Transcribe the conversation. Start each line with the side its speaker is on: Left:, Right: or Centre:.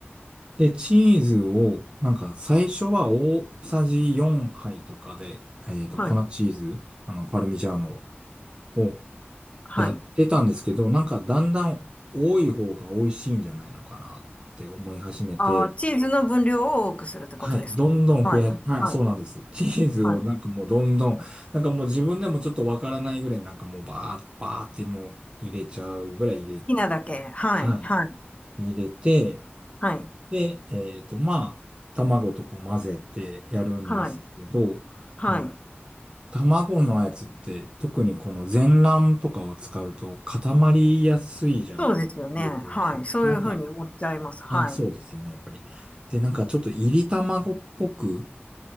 Right: で、チーズを、なんか最初は大さじ4杯とかで、えっと、
Left: はい。
Right: 粉チーズ、あの、パルミジャーノを
Left: はい。
Right: やってたんですけど、なんかだんだん多い方が美味しいんじゃないのかなって思い始めて、
Left: ああ、チーズの分量を多くするってことですか。
Right: はい、どんどん増や、
Left: はい。
Right: はい、
Left: はい。
Right: そうなんです。チーズをなんかもうどんどん、
Left: はい。好
Right: なんかもう自分でもちょっとわからないぐらいなんかもうバーッ、バーってもう入れちゃうぐらい入れ、
Left: きなだけ。はい。
Right: は
Left: はい。
Right: い、入れて、
Left: はい。
Right: で、えっと、まあ、卵とこう混ぜてやるんですけれど、
Left: はい。はい。
Right: あの、卵のやつって特にこの全卵とかを使うと固まりやすいじゃない、
Left: そうですよね。
Right: 火を通すとき。
Left: はい。そういうふうに思っちゃいます。
Right: なんか、
Left: はい。
Right: あ、そうですよね、やっぱり。で、なんかちょっと入り卵っぽく